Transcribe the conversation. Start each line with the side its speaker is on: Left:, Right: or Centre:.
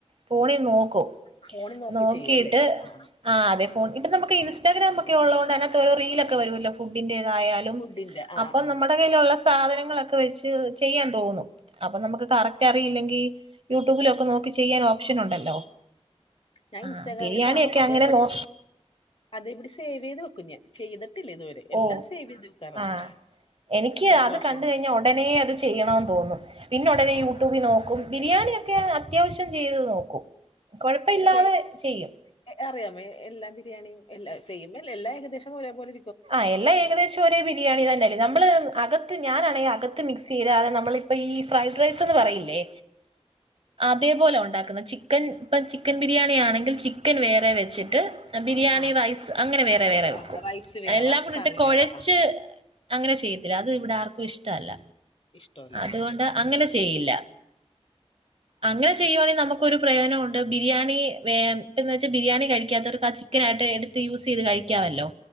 Right: ഫോണിൽ നോക്കും
Left: ഫോണിൽ നോക്കി
Right: നോക്കിട്ട്
Left: ചെയ്യും അല്ലേ ആ
Right: ആദ്യ ഇപ്പ നമക്ക് ഇൻസ്റ്റഗ്രാം ഒക്കെ ഉള്ള കൊണ്ട് അതിനത്ത് ഓരോ റീലക്കെ വരൊല്ലോ ഫുഡിന്റെ തായാലും
Left: ഫുഡിന്റെ ആ
Right: അപ്പൊ
Left: ആ
Right: നമ്മുടെ കയ്യിലുള്ള സാധനങ്ങളൊക്കെ വെച്ച് ചെയ്യാൻ തോന്നും അപ്പൊ നമുക്ക് കറക്റ്റ് റ്റ് അറിയില്ലെങ്കിൽ യൂട്യൂബിലൊക്കെ നോക്കി ചെയ്യാൻ ഓപ്ഷൻ ഉണ്ടല്ലോ?
Left: ഞാൻ
Right: ആ
Left: ഇൻസ്റ്റാഗ്രാമിൽ
Right: ബിരിയാണിയൊക്കെ
Left: കാണും അതേപടി
Right: അങ്ങനെ നോ
Left: അതേപടി സേവ് ചെയ്തു വെക്കും ഞാൻ ചെയ്ത് ഇതുവരെ എല്ലാം
Right: ഓ
Left: സേവ് വെക്കാറുണ്ട്
Right: ആ എനിക്ക്
Left: ഒരു
Right: അത്
Left: പ്രാവശ്യം
Right: കണ്ട
Left: വേ-
Right: കഴിഞ്ഞാ ഉടനെ അത് ചെയ്യണന്ന് തോന്നും. പിന്നെ ഉടനെ
Left: ആ
Right: യൂട്യൂബിൽ
Left: ആ
Right: നോക്കും ബിരിയാണിയൊക്കെ അത്യാവശ്യം ചെയ്ത് നോക്കും കൊഴപ്പയില്ലാതെ
Left: അപ്പൊ
Right: ചെയ്യും
Left: അറിയാമോ എല്ലാം ബിരിയാണിയും എല്ലാം ചെയ്യുമ്പ എല്ലാ എല്ലാം ഏദേശം ഒരേ പോലെ
Right: ആ എല്ലാ ഏകദേശം ഒരേ ബിരിയാണി തന്നെല്ല നമ്മള് അകത്ത് ഞാനാണെങ്കിൽ അകത്ത് മിക്സ് ചെയ്ത അതെ നമ്മളിപ്പ ഈ ഫ്രൈഡ് റൈസ് എന്ന് പറയില്ലേ അതേപോലെ ഉണ്ടാക്കുന്ന ചിക്കൻ ഇപ്പ ചിക്കൻ ബിരിയാണി ആണെങ്കിൽ ചിക്കൻ വേറെ വെച്ചിട്ട് ബിരിയാണി
Left: ആ
Right: റൈസ് അങ്ങനെ വേറെ വേറെ വെക്കും
Left: ആ റൈസ് വേറെ
Right: എല്ലാം കൂടിട്ട്
Left: കറി
Right: കൊഴച്ച്
Left: വേറെ ആ
Right: അങ്ങനെ ചെയ്യത്തില്ല അത് ഇവിടെ ആർക്കും ഇഷ്ടല്ല
Left: ഇഷ്ടല്ല
Right: അതുകൊണ്ട്
Left: ആ ആ
Right: അങ്ങനെ ചെയ്യില്ല അങ്ങനെ ചെയ്യുവാണെങ്കിൽ നമുക്കൊരു പ്രയോജനമുണ്ട് ബിരിയാണി വെച്ചാ ബിരിയാണി കഴിക്കാത്തവർക്ക് ആ ചിക്കൻ ആയിട്ട് എടുത്ത് യൂസ് ചെയ്ത് കഴിക്കാമല്ലോ